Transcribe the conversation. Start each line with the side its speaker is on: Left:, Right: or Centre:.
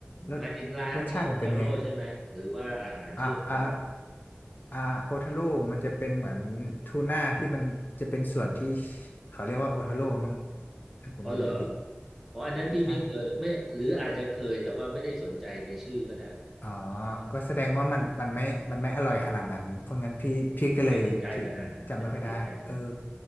Left: รส
Centre: หมายถึงร้านชื่อโอทาโร่ใช่ไหมหรือว่าอาหารชื่อโอทาโร่
Left: รสชาติมันเป็นไงฮะอ่ะอ่ะ อ่าโอทาโร่มันจะเป็นเหมือนทูน่าที่มันจะเป็นส่วนที่เขาเรียกว่าโอทาโร่มั้งถ้าผมจะไม่ผิด
Centre: อ๋อเหรออ๋ออันนั้นพี่ไม่เคยไม่หรืออาจจะเคยแต่ว่าไม่ได้สนใจในชื่อก็ได้
Left: ใช่อ๋อก็แสดงว่ามันมันไม่มันไม่อร่อยขนาดนั้นเพราะงั้นพี่พี่ก็เลยถึงจำไม่ค่อยได้เออ
Centre: ไม่ติดใจขนาดนั้นยังไม่ติดใจขนาดนั้น